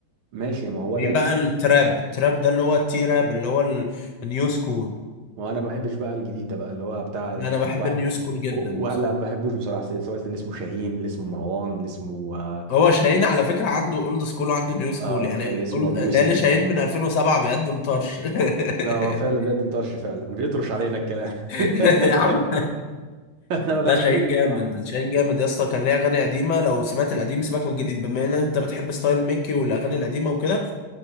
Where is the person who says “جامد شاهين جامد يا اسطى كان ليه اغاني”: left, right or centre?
Left